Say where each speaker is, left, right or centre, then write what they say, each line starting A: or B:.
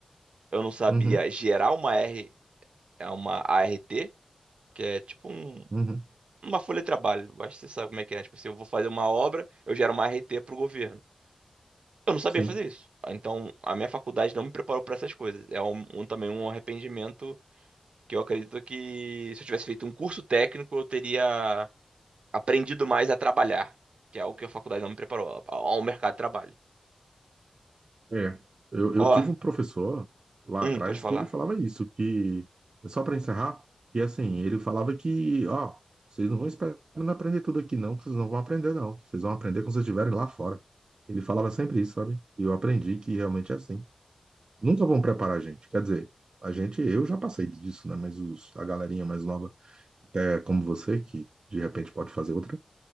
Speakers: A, on the right; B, on the right.
A: eu não sabia
B: uhum,
A: gerar uma R, é uma ART, que é tipo um-
B: uhum.
A: uma folha de trabalho. Acho que você sabe como é que é. Tipo, se eu vou fazer uma obra, eu gero uma ART pro governo. Eu não sabia
B: Sim.
A: fazer isso. Ah, Então, a minha faculdade não me preparou para essas coisas. É um, um- também um arrependimento que eu acredito que se eu tivesse feito um curso técnico, eu teria aprendido mais a trabalhar, que é algo que a faculdade não me preparou ao, ao mercado de trabalho.
B: É, eu,
A: Ó,
B: eu tive um professor lá
A: hum,
B: atrás
A: pode falar.
B: que ele falava isso, que, só para encerrar, que assim, ele falava que, ó, vocês não vão esperar aprender tudo aqui não, que vocês não vão aprender não, vocês vão aprender quando vocês estiverem lá fora. Ele falava sempre isso, sabe? E eu aprendi que realmente é assim. Nunca vão preparar a gente, quer dizer, a gente, eu já passei disso, né, mas os, a galerinha mais nova, até como você, que de repente pode fazer outra,